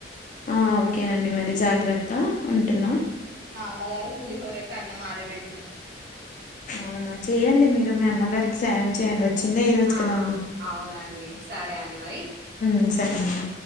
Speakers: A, on the left (about 40°); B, on the right (about 55°).
A: ఆ ఓకేనండి మరి జాగ్రత్త ఉంటున్నా
B: అమ్మాగారు పూలిహోరతే అన్నం ఆరాబేడు
A: అవునా చేయండి మీరు మీ అమ్మగారికి సహాయం చేయండి. వచ్చిందే ఈ రోజు
B: ఆ
A: కదండి
B: అవునండి సర్ అండి మరి
A: హ్మ్ సరే అండి.